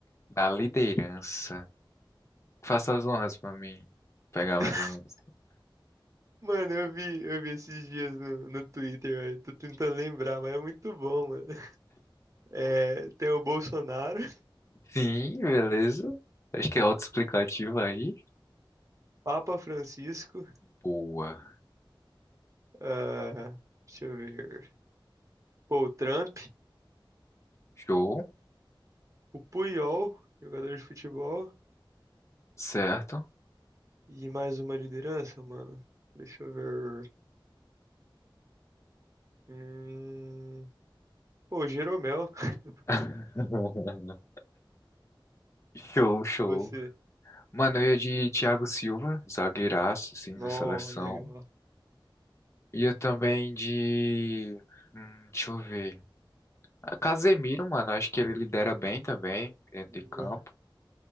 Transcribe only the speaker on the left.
Da liderança. Faça as honras pra mim pegar mais
ou menos.
Sim, beleza. Acho que é autoexplicativo aí.
Boa.
Show.
Certo.
<laughs> Show, show.
Mano, eu ia de Thiago Silva, zagueiraço, assim,
da seleção.
Ia também de. Hum, deixa eu ver. Ah, Casemiro, mano, acho que ele lidera bem também, dentro
de campo.